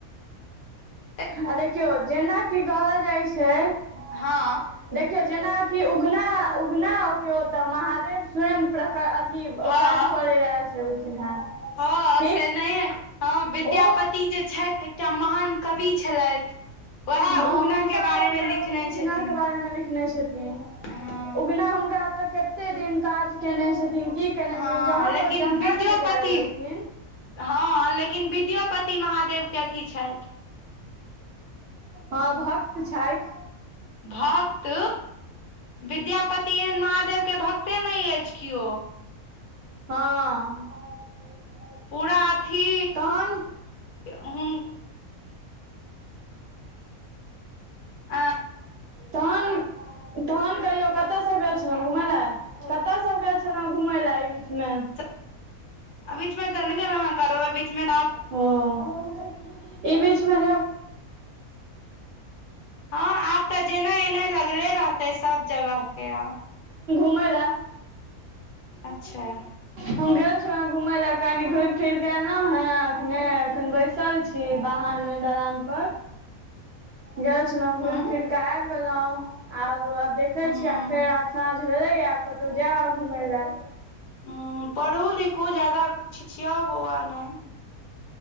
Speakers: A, on the left (about 70°); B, on the right (about 60°).
A: ह
B: आ देखियौ जेनाकि कहल जाइ छै
A: हँ
B: देखियौ जेना कि उगना उगना के ओतऽ महादेव स्वयं प्र क अथी
A: हँ
B: काज करै लै आयल छलखिन हेँ
A: हँ
B: ठीक
A: तेनाहियै हँ विद्यापति
B: ओ
A: जे छथि एकटा महान कवि छलथि वएह
B: हँ
A: उगना
B: हुनका
A: के बारे मे लिखने
B: उगना
A: छथिन
B: के बारे मे लिखने छथिन
A: हँ
B: उगना हुनका एतऽ कते दिन काज केने छथिन की केने
A: हँ
B: छथिन जहन
A: लेकिन
B: ओ जंगल
A: विद्योापति
B: मे जाय लगलखिन
A: हँ लेकिन विद्योपति महादेव के अथी छथि
B: हँ भक्त छथि
A: भक्त विद्यापति एहन महादेव के भक्त ते नइ अछि कियो
B: हँ
A: पूरा अथी
B: तहन
A: हुन आ
B: तहन तहन कहियौ कतय सँ गेल छलहुँ घुमय ल कतऽ सँ सब गेल छलहुं घूमय लए एहि बीच में
A: अइ बीचमे तऽ ने गेलउ है कतों अइ बिचमे
B: ह ई बीच मे
A: हँ आब तऽ जेना एनाय त लगले रहतै सब जगह के आब
B: ह घुमय ला
A: अच्छा
B: हम गेल छलउ घुमै ला कनी घूमि फिर के एलहुं हें अखने अखन बैसल छी बाहर मे मे दलान पर गेल छलौं घुम
A: हँ
B: फिर के आबि गेलहु आब आब देखे
A: उं
B: छी आ फेर आब साँझ भैलइ या आब कतहु जायब आब घुमय लए
A: ह पढ़ू लिखू जादा छिछियाउ बौआउ नइ